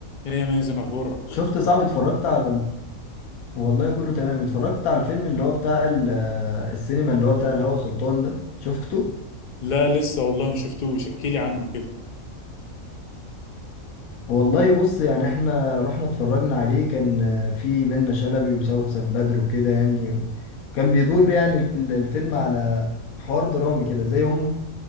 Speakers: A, on the left; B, on the left.
A: ايه يا مازن اخبارك
B: شفت صعب اتفرجت على ال- والله كله تمام اتفرجت على الفيلم اللي هو بتاع ال- آه، السينما اللي هو بتاع الهوى سلطان ده شفته
A: لا لسه والله ما شفتوش احكي لي عنه كده
B: والله بص يعني احنا رحنا اتفرجنا عليه كان آه، في منة شلبي وسوسن بدر وكده يعني و- وكان بيدور يعني ال- الفيلم على حوار درامي كده زي هم